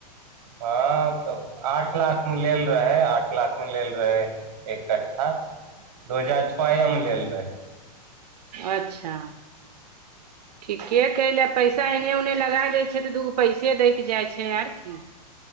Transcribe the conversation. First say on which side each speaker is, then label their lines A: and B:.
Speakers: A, on the right; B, on the right.
A: हँ तऽ आठ लाख मे लेल रहे आठ लाख मे लेल रहे एक कठ्ठा दो हजार छोए मे लेल रहेै
B: अच्छा ठीके <unintelligible> पैसा एन्ने उन्ने लगा देय छै तऽ दूगो पैसे देक जाइ छै आर की